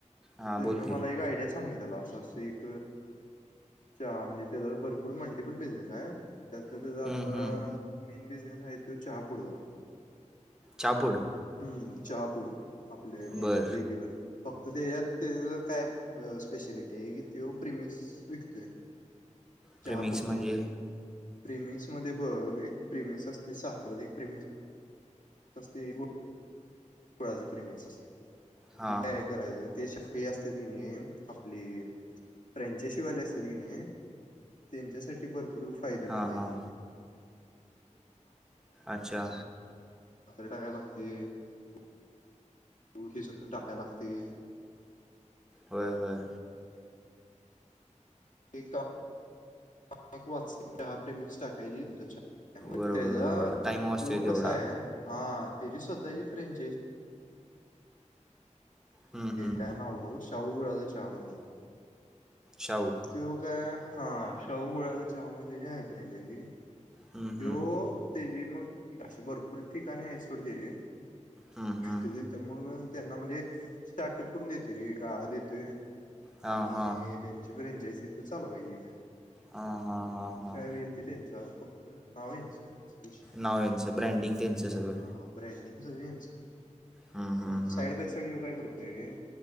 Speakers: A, in the centre; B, on the left.
A: हां
B: त्यांना
A: बोल की
B: मला एक आयडिया सांगितलं. असं एक, च म्हणजे त्याचा भरपूर मल्टिपल बिझनेस आहे. त्यातला त्याचा
A: हम्म,
B: आता
A: हम्म.
B: मेन बिझनेस आहे त चहापुडचा.
A: चापूड?
B: हम्म चहापूड. आपल्याक
A: बर
B: रेग्युलर फक्त त्याच्यात त्यांज काय स्पेशलिटी आहे, की तो प्रिमिकस विकतोय.
A: प्रेमिक्स
B: चहापुडची
A: म्हणजे?
B: प्रिमिक्स मध्ये बघ, एक प्रिमिक्स असते साखर, एक प्रिमिक्स असते. कळाच प्रिमेक्स असते
A: हां
B: मी काय करायचं? ते हे असत कि नाही, आपली फ्रेंचे शिवाले असते कि नाही? त्यांच्यासाठी भरपूर पूर फायदे तरी
A: हां हां अच्छा
B: टाकाय लागते. <inaudible> गुळ किसून टाका्या लागती.
A: होय होय.
B: एक वाचतेे हपे मिक्स टाकायची तुमचछ. मग
A: बरोबर
B: त्याचा
A: बरोबर टाईम वाचतो
B: तो
A: तेवढा
B: कसा आहे, हा तेची स्वत ता फ्रेच
A: हं, हं.
B: चव कडदा चचा मग. <inaudible>
A: शाहू
B: तो काय, हा शाहू गुळाचा चहा म्हणजे त्याची आहेते त्याची. <inaudible>
A: हं, हं.
B: तो तेजी मग अशी भरपूर ठिकाणी आहे त्याची.
A: हं, हं.
B: त तथं मग. त्यांना म्हणजे स्टार्टअप करून देते रे गाळा देतोय.
A: हां
B: आणि
A: हां
B: त्यांची फ्रँचाइज तिथ चालवायची.
A: हां हां
B: हम्म
A: हां
B: प
A: हां
B: काय वेल ते त्यांच फक्त नाव यांच असं. विषय आहे.
A: नाव यांचं ब्रँडिंग त्यांचं सगळं
B: हा ब्रॉन्ड सगच
A: हं,
B: मग
A: हं, हं.
B: साईड बाय साईड ये काय करतोय?